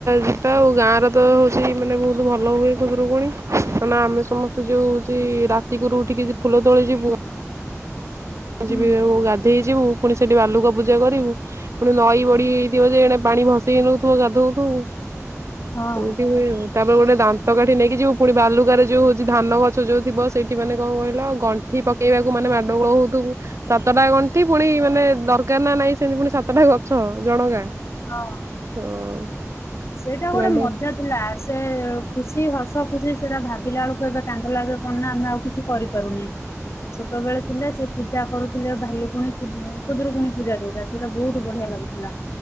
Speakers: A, on the right; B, on the left.
A: ଯିବା ଆଉ ଗାଁରେ ତ ହଉଛି ମାନେ ବହୁତ ଭଲ ହୁଏ ଖୁଦୁରୁକୁଣୀ ମାନେ ଆମେ ସମସ୍ତେ ଯୋଉ ହଉଛି ରାତିକିରୁ ଉଠିକି ଫୁଲ ତୋଳି ଯିବୁ
B: ହୁଁ।
A: ଯିବେ <unintelligible> ଗାଧେଇ ଯିବୁ ପୁଣି ସେଠି ବାଲୁକା ପୂଜା କରିବୁ ପୁଣି ନଈ ବଢି ହେଇଥିବ ଯେ ଏେ ପାଣି ଭସେଇ ହେଇ ନଉଥିବ ଗାଧଉଥିବୁ
B: ହଁ
A: ଏମିତି ହୁଏ ତାପରେ ଗୋଟେ ଦା ତକାଠି ନେଇକି ଯିବୁ ପୁଣି ବାଲୁକାରେ ଯୋଉ ହଉଛି ଧାନ ଗଛ ଯଉ ଥିବ ସେଇଠି ମାନେ କଣ କହିଲ ଗଣ୍ଠିପକେଇବାକୁ ମାନେ ମାଡ଼ଗୋଳ ହଉ <unintelligible> ସ ଟା ଗଣ୍ଠି ପୁଣି ମାନେ ଦରକାର ଙ୍କା ନା ନାଇଁ ସେମିତି ପୁଣି ସାତଟା ଗଛ ଜଣକା
B: ହଁ।
A: କା ହଁ
B: ସେଇଟା
A: ମାଡ
B: ଗୋଟେ ମଜା ଥିଲା ସେ ଖୁସି ହସ ଖୁସି ସେଟା ଭାବିଲା ବେଳକୁ ଏବେ କାନ୍ଦ ଲାଗେ କଣ ନା ଆମେ ଆଉ କିଛି କରିପାରୁନେ ଛୋଟ ବେଳେ ଥିଲା ସେ ପୂଜା କରୁଥିଲେ ଭାଲୁକୁଣି ଖୁଦୁରୁକୁଣୀ ପୂଜା ଯୋଉଟା ସେଇଟା ବହୁତ ବଢି଼ଆ ଲାଗୁଥିଲା।